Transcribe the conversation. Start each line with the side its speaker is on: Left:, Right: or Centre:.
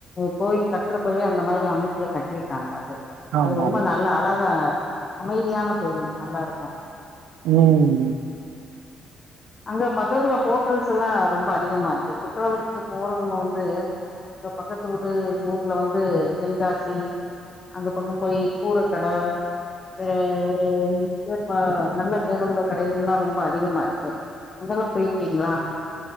Left: கோயில் கட்றப்பவே அந்த மாதிரி அமைப்புல கட்டிருக்காங்க அது
Right: ஆமா
Left: அது ரொம்ப
Right: ஆமா
Left: நல் நல்லா அழகா அமைதியான கோவில் நல்லாருக்கு
Right: ம்
Left: அங்க பக்கத்துல ஹோட்டல்ஸ்லா ரொம்ப அதிகமா இருக்கு குற்றாலத்துக்கு போறவங்க வந்து இப்ப பக்கத்து ஊடு ஊர்ல வந்து சென்காசி அந்த பக்கம் போயி கூரக் கட வேற அது ம் சேரிப்பா நல்ல பேரு உள்ள கடைகள்லா ரொம்ப அதிகமா இருக்கு அங்கெல்லா போயிருக்கீங்ளா